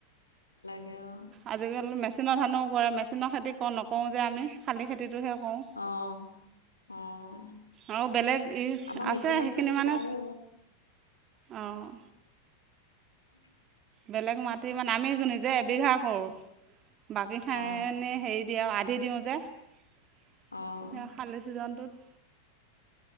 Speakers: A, on the left; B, on the right.
A: <unintelligible>
B: আজিকালি মেচিনৰ ধানো কৰে, মেচিনৰ খেতিওঁ নকৰোঁ যে আমি, খালী খেতিটোহে কৰোঁ
A: অ অ',
B: আৰু বেলেগ ই
A: আমাৰ
B: আছে
A: মেচিনৰ
B: সেইখিনি
A: খেতি
B: মানে
A: কৰো।
B: অঁ
A: <inaudible>
B: বেলেগ মাটি মানে আমি নিজে এবিঘা কৰোঁ, বাকীখিনি
A: অ',
B: হেৰি দি <unintelligible> দি দিওঁ যে স
A: অ',
B: শালি ছিজনটোত